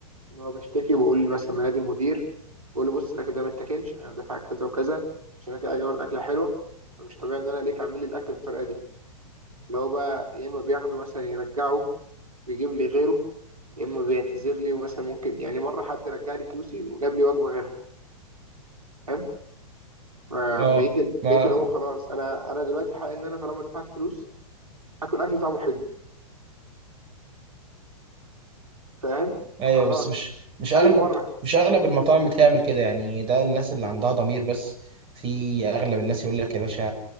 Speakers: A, on the right; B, on the right.
A: اللي هو بشتكي وبقول مثلا منادي المدير بقول له بص الاكل ده ما اتاكلش انا دافع كذا وكذا عشان انا كده اجي اعمل اكله حلوه فمش طبيعي ان انا ليك عامل لي الاكل بالطريقه دي اللي هو بقى يا اما بياخده مثلا يرجعه ويجيب لي غيره يا اما بيعتذر لي ومثلا ممكن يعني مره حد رجع لي فلوسي وجاب لي وجبه غيرها فاهم فبقيت
B: اه
A: ال-
B: ما
A: بقيت اللي هو خلاص انا انا دلوقتي حق ان انا طالما دفعت فلوس اكل اكل طعمه حلو فاهم
B: ايوه
A: فخلاص
B: بس مش مش اغلب
A: اي مره
B: مش اغلب المطاعم بتعمل كده يعني ده الناس اللي عندها ضمير بس في اغلب الناس يقول لك يا باشا